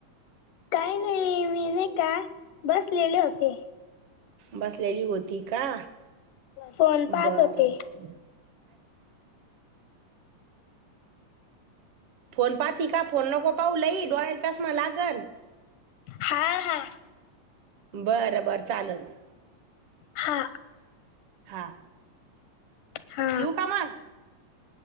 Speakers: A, on the left; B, on the right.
A: काय नाई मी नाई का बसलेले होते.
B: बसलेली होती का?
A: फोन पाहत
B: बरं
A: होते
B: बरं. फोन पाहती का? फोन नको पाहु लई डोळ्याला चष्मा लागलं.
A: हा हा.
B: बरं बरं चाललं.
A: हा
B: हा
A: हा.
B: ठेवू का मग